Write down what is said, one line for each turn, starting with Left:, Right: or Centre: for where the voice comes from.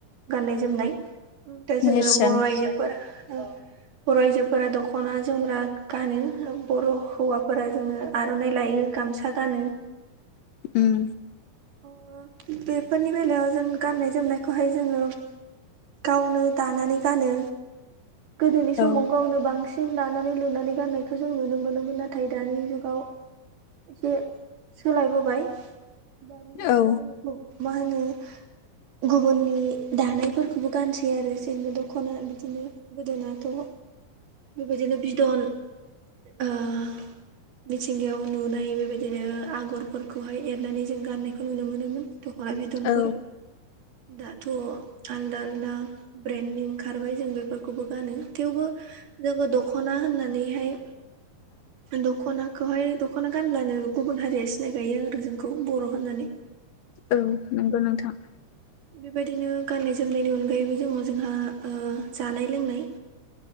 Right: गाननाय जोमनाय दा जोंङो
Left: नेरसोन
Right: बर आइजोफोरा औ बर‌' आइजोफोरा दखना जोमग्रा गानो ओ बर' हौवाफोरा जोङो आरनाइ लायो गामसा गानो।
Left: उम
Right: ओ बेफोरनि बेलायाव जों गाननाय जोमनायखौहाय जोङो गावनो दानानै गानो गोदोनि समाव
Left: औ
Right: गावनो बांसि सिम लानानै लुनानै गाननायखौ जों नुनो मोनोमोन नाथाय दानि जुगाव एसे सोलायबोबाय दानि जुगावहाय
Left: औ
Right: जोङो बुं मा होनो गुबुननि दानायफोरखौबो गानसै आरो जेनेबा दखना बिदिनो गोदोनाथ बेबायदिनो बिदन ओह मिथिंगायाव नुनाय बेबायदिनो आगरफोरखौहाय एरनानै जों गाननायखौ नुनो मोनोमोन दखना बिदनफोर
Left: औ
Right: दाथ आलदा आलदा ब्रेन्डनि ओंखारबाय जों बेफोरखौबो गानो थेवबो जोङो दखना होननानैहाय
Left: <inaudible>
Right: दखनाखौहाय दखना गानब्लानो गुबुन हारिया सिनायखायो आरो जोंखौ बर‌' होननानै।
Left: ओं नंगौ नोंथां।
Right: बेबायदिनो गाननाय जोमनायनि अनगायैबो दङ जोंहा ओ जानाय लोंनाय।